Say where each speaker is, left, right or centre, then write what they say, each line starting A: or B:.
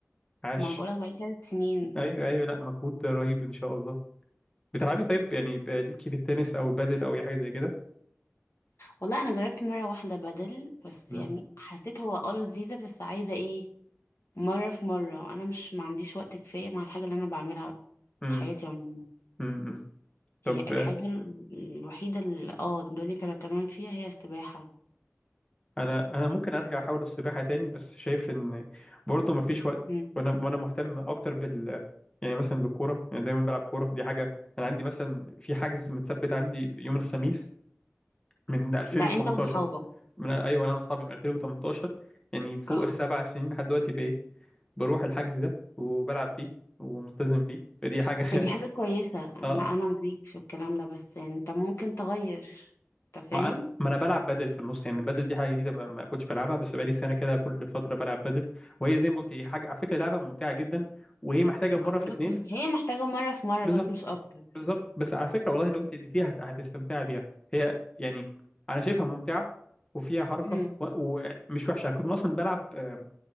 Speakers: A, on the left; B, on the left.
A: عاش
B: ما بقولك بقالي ثلاث سنين
A: ايوه ايوه لا مجهود رهيب ان شاء الله بتلعبي طيب يعني ب- ليكي في التنس او البادل او اي حاجه زي كده
B: والله انا جربت مره واحده بدل بس
A: مم.
B: يعني حسيت هو اه لذيذه بس عايزه ايه مره في مره انا مش ما عنديش وقت كفايه مع الحاجه اللي انا بعملها
A: مم.
B: في حياتي عموما
A: مم. مم. طب
B: هي الحاجة
A: آه،
B: ال- الوحيدة اللي اه الدنيا كانت تمام فيها هي السباحة
A: انا انا ممكن ارجع احاول السباحه تاني بس شايف ان برضه مفيش وقت
B: مم.
A: وانا وانا مهتم اكتر بال يعني مثلا بالكوره يعني دايما بلعب كوره دي حاجه انا عندي مثلا في حجز متثبت عندي يوم الخميس من 2018
B: ده انت واصحابك
A: من ايوه انا واصحابي من 2018 يعني فوق
B: اه
A: السبع سنين لحد دلوقتي بروح الحجز ده وبلعب فيه وملتزم بيه فدي حاجة
B: دي حاجة كويسة
A: <laughs>
B: انا
A: اه
B: انا معاك في الكلام ده بس يعني انت ممكن تغير انت فاهم
A: ما انا ما انا بلعب بدل في النص يعني البدل دي حاجة جديدة ما ما كنتش بلعبها بس بقالي سنة كده كل فترة بلعب بدل وهي زي ما قلت هي حاجة على فكرة لعبة ممتعة جدا وهي محتاجة مرة
B: انا بقولك
A: في اتنين
B: بس هي محتاجة مرة في مرة
A: بالظبط
B: بس مش اكتر
A: بالظبط بس على فكرة والله لو انت اديتيها هت- هتستمتعي بيها هي يعني انا شايفها ممتعة وفيها حركة
B: مم.
A: و- ومش وحشة انا كنت اصلا بلعب آم،